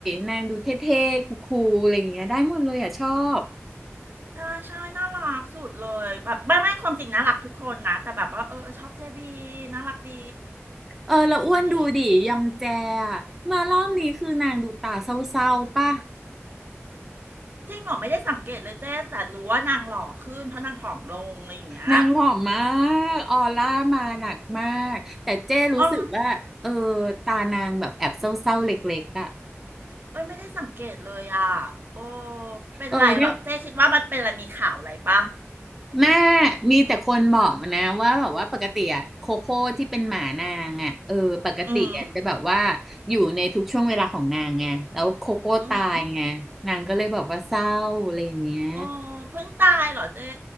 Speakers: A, in the centre; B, on the right.
A: นางดูเท่ๆคูลๆอะไรอย่างเงี้ยได้หมดเลยอ่ะชอบ
B: ใช่ใช่น่ารักสุดเลยแบบไม่ไม่ความจริงน่ารักทุกคนนะแต่แบบว่าเออชอบเจบีน่ารักดี
A: เออแล้วอ้วนดูดิยองแจอะมารอบนี้คือนางดูตาเศร้าๆป่ะ
B: อย่างงี้ จริงเหรอไม่ได้สังเกตเลยเจ๊แต่รู้ว่านางหล่อขึ้นเพราะนางผอมลงอะไรอย่างเงี้ย
A: นางหลอมมากออร่ามาหนักมากแต่เจ้รู้สึกว่าเออ
B: อ๋อ
A: ตานางแบบแอบเศร้าๆเล็กๆอ่ะ
B: เอ้ยไม่ได้สังเกตเลยอ่ะโอ้เป็นไรเหรอเจ๊คิดว่ามันเป็นอะไรมีข่าวอะไรปะ
A: เออเนี่ยแม่มีแต่คนบอกมานะว่าแบบว่าปกติอะโคโค่ที่เป็นหมานางอ่ะเออปกติอะจะแบบว่า
B: อืม
A: อยู่ในทุกช่วงเวลาของนางไงแล้วโคโค่ตายไงนางก็เลยแบบว่าเศร้าอะไรอย่างเงี้ย
B: อืมโอ้เพิ่งตายเหรอเจ๊